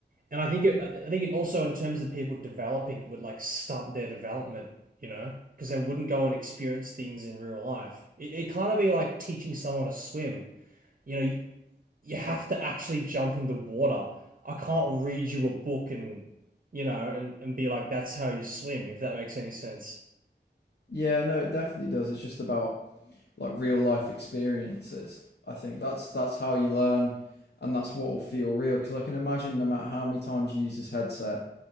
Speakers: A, on the right; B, on the left.
A: and I think it, I think it also in terms of people developing it would like stunt their development, you know, because they wouldn't go and experience things in real life. It, it kind of be like teaching someone to swim. You know, you, you have to actually jump in the water. I can't read you a book and, you know, and, and be like, that's how you swim, if that makes any sense.
B: Yeah, no, it definitely does. It's just about like real life experiences. I think that's that's how you learn, and that's what will feel real. Because I can imagine, no matter how many times you use this headset,